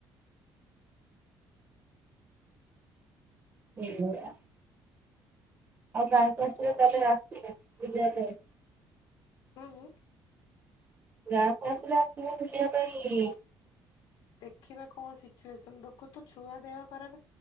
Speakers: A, on the right (about 30°); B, on the left (about 85°).
A: <inaudible> ଆଉ ଗାଁକୁ ଆସିଲେ ତାହଲେ ଆସିବ ବୁଲିବା ଲାଗି।
B: ହୁଁ ହୁଁ।
A: ଗାଁକୁ ଆସିଲେ ଆସିବ ବୁଲିବା ପାଇଁ।
B: ଦେଖିବା କଣ ସିଚୁଏସନ ଦେଖୁଚୁ ତ ଛୁଆ ଦେହ ଖରାପ